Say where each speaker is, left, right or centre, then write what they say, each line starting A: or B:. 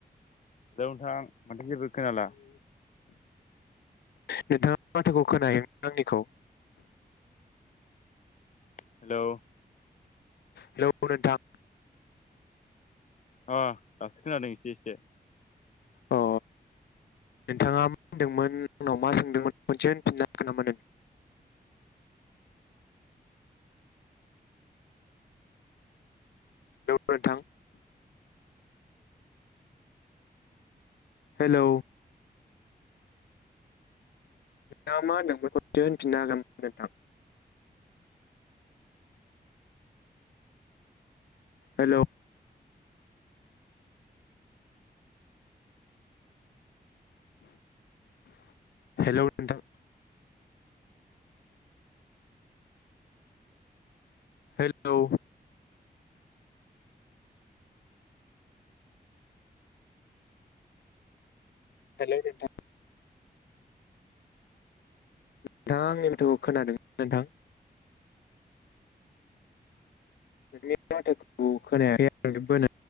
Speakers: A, on the left; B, on the left.
A: हेलौ नोंथां माथो जेबो खोनाला।
B: नोंथांङा माथोखौ खोनायो आंनिखौ?
A: हेलौ।
B: हेलौ नोंथां।
A: अ दासो खोनादों एसे एसे।
B: अ नोंथाङा <inaudible> दोंमोन आंनाव मा सोंदोंमोन खनसे होनफिनना <inaudible> हेलौ नोंथां। हेलौ। नों मा होनदोंमोन खनसे होनफिनना हागोन नामा नोंथां? हेलौ। हेलौ नोंथां। हेलौ। हेलौ नोंथां। नोंथाङा आंनि माथोखौ खोनादों ना नोंथां? नोंनि माथोखौ खोनायाखै